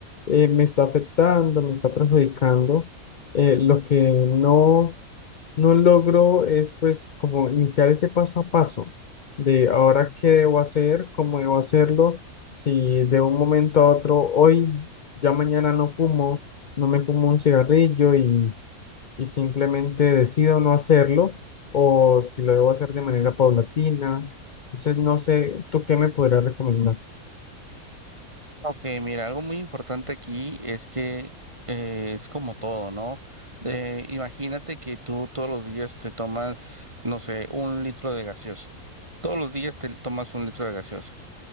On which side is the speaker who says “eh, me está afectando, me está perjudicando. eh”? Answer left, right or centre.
Left